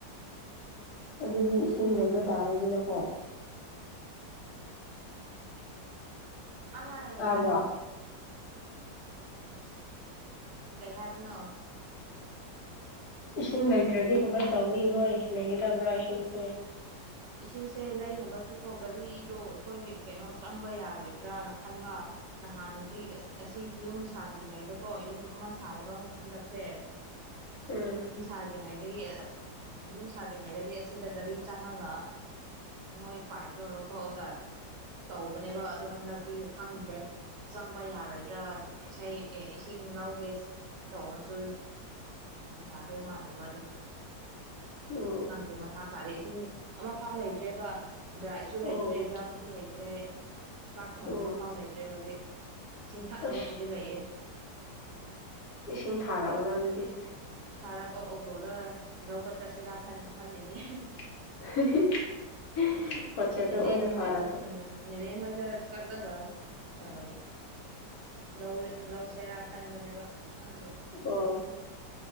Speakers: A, on the left; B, on the right.
A: ꯑꯗꯨꯗꯤ ꯏꯁꯤꯡ ꯂꯩꯕ ꯇꯥꯔꯦꯗꯤꯅꯀꯣ
B: ꯑꯂꯑ
A: ꯇꯥꯕ꯭ꯔꯥ
B: ꯍꯥ ꯀꯩ ꯍꯥꯏꯗꯅꯣ
A: ꯏꯁꯤꯡ ꯂꯩꯇ꯭ꯔꯗꯤ ꯀꯃꯥꯏꯅ ꯇꯧꯅꯤ ꯅꯣꯏ ꯂꯩꯒꯗꯕ꯭ꯔꯥ ꯏꯁꯤꯡꯁꯦ
B: ꯏꯁꯤꯡꯁꯦ ꯂꯩꯅꯕꯁꯨ ꯀꯣ ꯒꯥꯔꯤꯗꯣ ꯑꯩꯈꯣꯏ ꯀꯩꯅꯣ ꯆꯪꯕ ꯌꯥꯔꯣꯏꯗ꯭ꯔꯅ ꯈꯟꯕ ꯅꯍꯥꯟꯗꯤ ꯑꯁꯤ ꯌꯨꯝ ꯁꯥꯗ꯭ꯔꯤꯉꯩꯗꯀꯣ ꯌꯨꯝ ꯑꯃ ꯁꯥꯥꯏꯌꯦꯕ ꯍꯟꯗꯛꯁꯦ
A: ꯎꯝ
B: ꯌꯨꯝ ꯁꯥꯗ꯭ꯔꯤꯉꯩꯗꯒꯤ ꯌꯨꯝ ꯁꯥꯗ꯭ꯔꯤꯉꯩꯗꯗꯤ ꯑꯁꯤꯗ ꯒꯥꯔꯤ ꯆꯪꯉꯒ ꯃꯣꯏ ꯄꯥꯏꯞꯇꯣ ꯂꯧꯊꯣꯛꯑꯒ ꯇꯧꯕꯅꯦꯕ ꯑꯗꯣ ꯍꯟꯗꯛꯇꯤ ꯈꯪꯗ꯭ꯔꯦ ꯆꯪꯕ ꯌꯥꯔꯣꯏꯗ꯭ꯔꯥ ꯏꯁꯩ ꯑꯦ ꯏꯁꯤꯡ ꯂꯧꯒꯦ ꯇꯧꯔꯁꯨ ꯌꯥꯗꯣꯏ ꯃꯥꯟꯗꯕ ꯑꯗꯨꯒꯤꯅꯤꯗ
A: ꯑꯣ
B: ꯈꯪꯗꯦ ꯃꯊꯥ ꯁꯥꯔꯦ ꯏꯁꯤꯡ ꯑꯃ ꯐꯥꯎ ꯂꯩꯇ꯭ꯔꯦꯕ ꯕ꯭ꯔꯥꯏꯛꯁꯨ
A: ꯑꯣ
B: ꯂꯩꯇ꯭ꯔꯦ ꯗ꯭ꯔꯝꯁꯨ ꯂꯩꯇ꯭ꯔꯦ ꯆꯥꯛ ꯊꯣꯡꯅꯕ
A: ꯑꯣ
B: ꯐꯥꯎ ꯂꯩꯇ꯭ꯔꯦ ꯍꯧꯖꯤꯛ ꯏꯁꯤꯡ ꯊꯛꯅꯕꯕꯨꯗꯤ
A: ꯑꯁ
B: ꯂꯩꯌꯦ
A: ꯏꯁꯤꯡ ꯊꯥꯔꯛꯑꫭꯔꯥ ꯑꯗꯨꯗꯤ
B: ꯐꯔ ꯑꯣ ꯑꯣꯇꯣꯗ ꯂꯧꯕ ꯆꯠꯁꯤꯔꯥ ꯈꯟ ꯈꯜꯂꯤꯅꯦ
A: <unintelligible>
B: ꯅ‌ꯦꯅꯦ
A: ꯑꯣꯏꯅ
B: ꯍꫭꯏꯗ
A: ꯊꯥꯔꯛꯀꯦ
B: ꯎꯝ ꯅ‌ꯦꯅꯦ ꯍꫭꯏ ꯁꯤꯗ ꯆꯠꯂꯒ ꯑꯥ ꯂꯧ ꯂꯧꯁꯤꯔꯥ ꯈꯟꯕꯅꯦꯕ ꯈꯪꯗꯦ
A: ꯑꯣ